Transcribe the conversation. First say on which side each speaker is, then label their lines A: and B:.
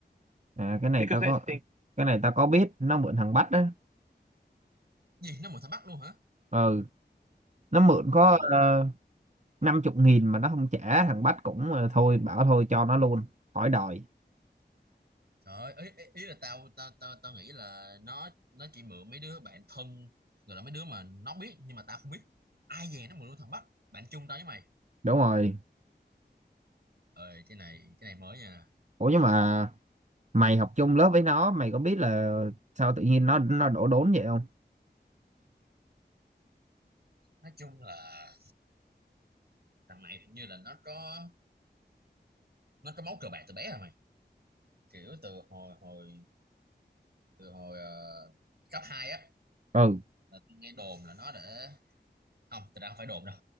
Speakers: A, on the right (about 40°); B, on the right (about 60°).
A: à cái này tao because I có think cái này tao có biết nó mượn thằng Bách á
B: Gì nó mượn thằng Bắc luôn hả?
A: ừ nó mượn có
B: rồi
A: ờ, năm chục nghìn mà nó không trả thằng Bách cũng ờ, thôi bảo thôi cho nó luôn khỏi đòi
B: trời ơi, ý, ý ý là tao tao tao tao nghĩ là nó nó chỉ mượn mấy đứa bạn thân rồi là mấy đứa mà nó biết nhưng mà tao không biết ai về nó mượn luôn thằng Bắc bạn chung tao với mày
A: đúng rồi
B: ơi cái này cái này mới nha
A: ủa nhưng mà mày học chung lớp với nó mày có biết là sao tự nhiên nó nó đổ đốn vậy không
B: nói chung là thằng này hình như là nó có nó có máu cờ bạc từ bé rồi mày kiểu từ hồi hồi từ hồi ờ, cấp 2 á
A: ừ
B: là tao nghe đồn là nó để không thật ra không phải đồn đâu